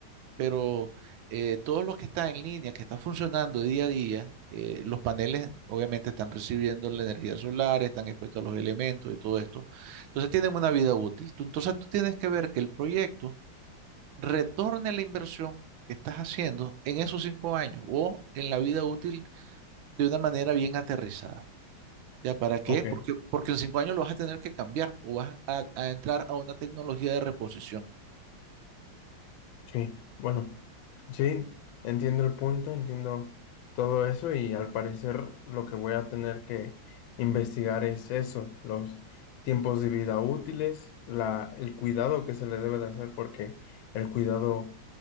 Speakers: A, on the right; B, on the left.
A: Pero eh, todo lo que está en línea, que está funcionando día a día, eh, los paneles obviamente están recibiendo la energía solar, están expuestos a los elementos y todo esto. Entonces tienen una vida útil. Tú- entonces tú tienes que ver que el proyecto retorne la inversión que estás haciendo en esos cinco años o en la vida útil de una manera bien aterrizada. ¿Ya para qué?
B: ok,
A: Porque, porque en cinco años lo vas a tener que cambiar o vas a, a entrar a una tecnología de reposición.
B: sí, bueno, sí, entiendo el punto, entiendo todo eso y al parecer lo que voy a tener que investigar es eso, los tiempos de vida útiles, la, el cuidado que se le debe de hacer porque el cuidado